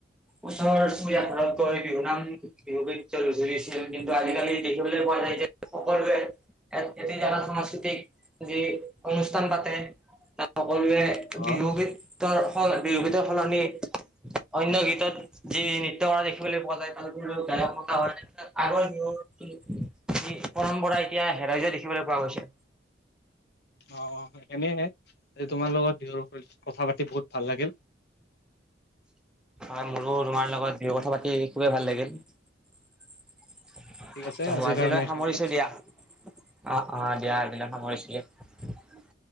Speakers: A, in the centre; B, on the left.
A: ওচৰ চুবুৰীয়া ঘৰত গৈ বিহুনাম, বিহুগীত জুৰিছিল, কিন্তু আজিকালি দেখিবলৈ পোৱা নাই। <unintelligible> সকলোৱে <unintelligible> সাংস্কৃতিক যি অনুষ্ঠান পাতে। সকলোৱে
B: অ',
A: বিহু গীতৰ সল, বিহু গীতৰ সলনি। অন্য গীতত যি নৃত্য কৰা দেখিবলৈ পোৱা যায়, তাৰোপৰিও গায়ক মতা হয়। আগৰ পৰম্পৰা এতিয়া হেৰাই যোৱা দেখিবলৈ পোৱা গৈছে।
B: অ, অ সেইখিনে তোমাৰ লগত বিহু ওপৰত কথা পাতি বহুত ভাল লাগিল।
A: <unintelligible> হয়, মোৰো তোমাৰ লগত কথা বিহু পাতি খুবেই ভাল লাগিল। ত
B: ঠিক আছে আজিৰ
A: আজিলৈ
B: কাৰণে এইখিনিয়ে
A: সামৰিছো দিয়া। অ, অ, দিয়া আজিলৈ সামৰিছোঁ দিয়া।